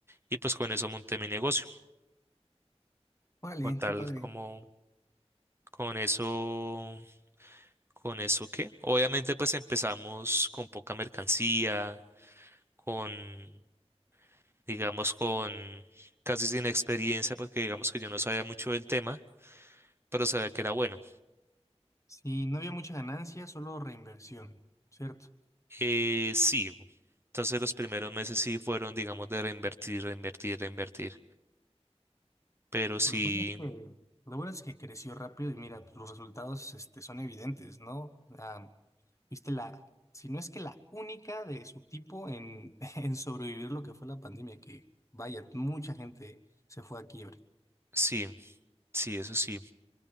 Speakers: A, on the right; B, on the left.
A: y pues con eso monté mi negocio.
B: Vale,
A: Con tal
B: qué padre.
A: como, con eso, con eso qué. Obviamente pues empezamos con poca mercancía, con... digamos, con casi sin experiencia, porque digamos que yo no sabía mucho del tema, pero sabía que era bueno.
B: Sí, no había mucha ganancia, solo reinversión, ¿cierto?
A: Eh, sí, entonces los primeros meses sí fueron, digamos, de reinvertir, reinvertir, reinvertir, pero sí,
B: Lo bueno es que, lo bueno es que creció rápido y mira, pues, los resultados este, son evidentes, ¿no? Ah, viste la, si no es que la única de su tipo en, <laughs> en sobrevivir lo que fue la pandemia, que vaya, mucha gente se fue a quiebre.
A: sí, sí, eso sí.